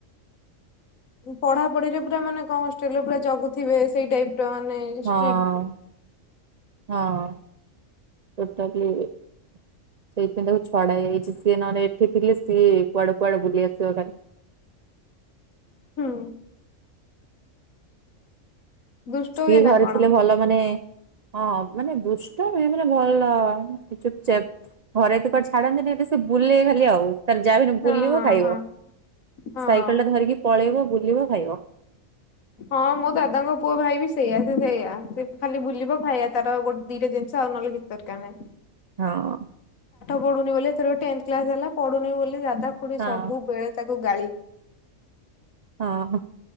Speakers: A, on the left (about 85°); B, on the right (about 75°).
A: ପଢ଼ା ପଢ଼ିରେ ପୁରା ମାନେ କଣ ହଷ୍ଟେଲରେ ପୁରା ଜଗୁଥିବେ ସେଇ ଟାଇପ ର ମାନେ
B: ହଁ
A: ଷ୍ଟ୍ରିଟ୍
B: ହଁ ଟୋଟାଲି। ସେଇଥିପାଇଁ ତାକୁ ଛଡ଼ା ହେଇଯାଇଛି ସିଏ ନହେଲେ ଏଠି ଥିଲେ ସିଏ କୁଆଡେ଼ କୁଆଡେ଼ ବୁଲି ଆସିବ ଖାଲି।
A: ହୁଁ ଦୁଷ୍ଟ
B: ସିଏ
A: ହୁଏ
B: ଘରେ
A: ନା କଣ
B: ଥିଲେ ଭଲ ମାନେ ହଁ ମାନେ ଦୁଷ୍ଟ ଏକ ରେ ଭଲ ଚୁପଚାପ୍। ଘରେ ତ କୁଆଡେ ଛାଡନ୍ତି ନେଉ ବି ସେ ବୁଲେ ଖାଲି ଆଉ। ତାର ଯା ବି ହେନେ
A: ହଁ
B: ବୁଲିବ
A: ହଁ
B: ଖାଇବ
A: ହଁ ହଁ।
B: ସାଇକେଲଟା ଧରିକି ପଳେଇବ ବୁଲିବ ଖାଇବ।
A: ହଁ ମୋ ଦାଦାଙ୍କ ପୁଅ ଭାଇ ବି ସେଇଆ ସେ ସେଇଆ ସେ ଖାଲି ବୁଲିବ ଖାଇଆ ତାର ଗୋଟେ ଦିଟା ଦିନ ଥାଉ ନଲେ ଭିତର କାନେ
B: ହଁ।
A: ପଡୁନି ବୋଲି ଏଥରକ ଟେନଥ୍ କ୍ଲାସ ହେଲା ପଢୁନେଇ ବୋଲି ଦାଦା ଖୁଡି
B: ହଁ
A: ସବୁବେଳେ ତା କୁ ଗାଳି
B: ହଁ ହଁ